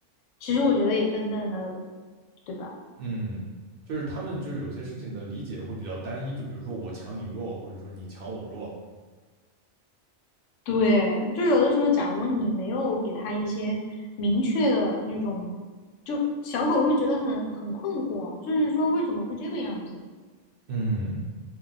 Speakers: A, on the left; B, on the right.
A: 其实我觉得也笨笨的，对吧？
B: 嗯，就是他们就是有些事情的理解会比较单一，就比如说我强你弱，或者说你强我弱。
A: 对，就有的时候，假如你没有给它一些明确的那种，就小狗会觉得很很困惑，就是说为什么会这个样子？
B: 嗯，